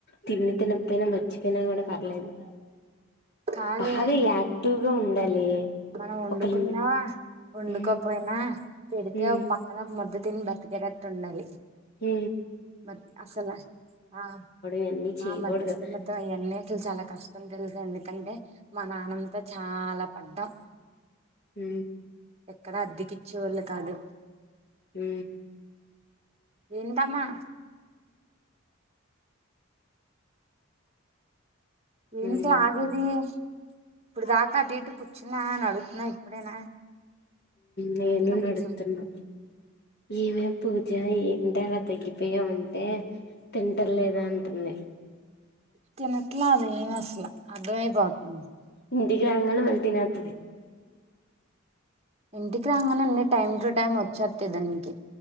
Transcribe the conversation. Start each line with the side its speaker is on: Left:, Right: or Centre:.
Left: తిని తినకపోయినా మర్చిపోయినా కూడా పర్లేదు
Right: కాదే
Left: బాగా యాక్టివ్గా ఉండాలి
Right: మనం వండుకున్నా
Left: ఒకళ ఉమ్
Right: వండుకోపోయినా పెడితే
Left: ఉమ్
Right: ఒక పక్కన ఒక మద్ద దని బ్రతికేటట్టు ఉండాలి
Left: హ
Right: మ అసలు ఆ
Left: ఇవన్నీ చేయకూడదు
Right: ఆ మతి ఇస్ మత్తం అవన్నీ అసలు చాలా కష్టం తెలుసు అందుడి ఎందుకంటే మా నాన్నంతా చాలా పడ్డాం
Left: హ
Right: ఎక్కడ అద్దెకిచ్చేవాళ్ళు కాదు
Left: హ
Right: ఏందామా ఎంత
Left: ఉమ్
Right: ఆగేది ఇప్పుడు దాకా అటు ఇటు కూర్చున్నా నడుగుతున్నా ఇప్పుడేనా
Left: నేను
Right: కింద కూర్చో
Left: నడుతున్నా ఈవే పూజ ఏంటి అలా తగ్గిపోయా అంటే తింటం లేదా అంటుంది
Right: కినట్లా అది ఏ మాసలా అమే పాతుంది
Left: ఇంటి రాగానే మళ్ళీ తినేతదీ
Right: ఇంటికి రాగానే అన్నన్ని టైమ్ టు టైమ్ వచ్చేస్త దానికి